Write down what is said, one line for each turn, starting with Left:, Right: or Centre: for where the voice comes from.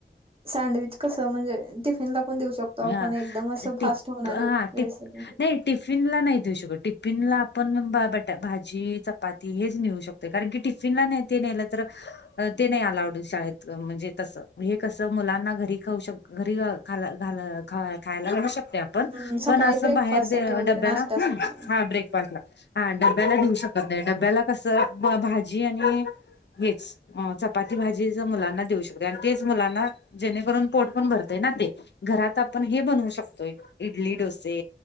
Right: सँडविच कसं म्हणजे टिफिनला पण देऊ शक तो आपण
Left: ह
Right: एकदम असं
Left: टिप
Right: फास्ट होणारी
Left: हा
Right: रेसिपी
Left: टिप
Right: आहे.
Left: नाही टिफिनला नाही देऊ शकत टिफिनला आपण बटा भाजी चपाती हेच नेहु शक तोय कारण की टिफिनला ते नाय ते नेलं तर ते नाही अलाउड शाळेत म्हणजे तसं हे कसं मुलांना घरी खाऊ शकत घरी खालाल खायला घालू शकतोय आपण
Right: हम्म सकाळी
Left: पण असं
Right: ब्रेकफास्ट
Left: बाहेर
Right: साठी वगैरे
Left: डब्याला
Right: नाश्त्यासाठी
Left: हा ब्रेकफास्टला हा डब्याला देेऊ शकत नाही डब्याला कसं भाजी आणि हेच. अ चपाती भाजीच मुलांना देऊ शकतो आणि तेच मुलांना जेणेकरून पोट पण भरतय ना ते. घरात आपण हे बनवू शकतोय इडली, डोसे,